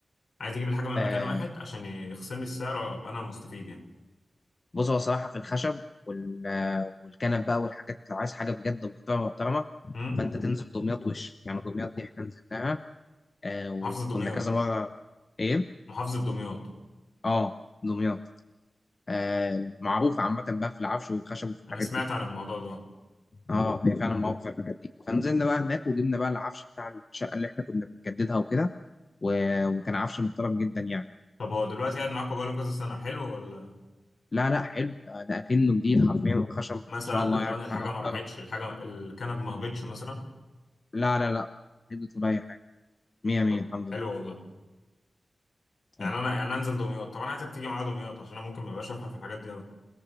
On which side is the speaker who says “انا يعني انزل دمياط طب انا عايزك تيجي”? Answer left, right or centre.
Left